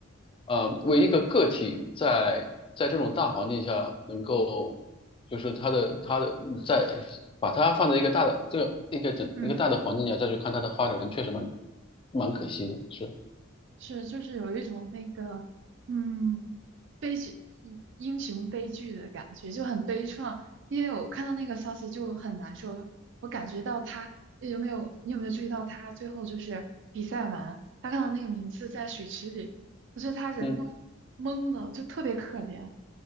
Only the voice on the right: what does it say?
嗯，
是就是有一种那个。嗯，悲剧，英雄悲剧的感觉，就很悲怆。因为我看到那个消息就很难受，我感觉到他有没有，你有没有注意到他最后就是比赛完，他看到那个名次在水池里，我觉得他人都
懵了，就特别可怜。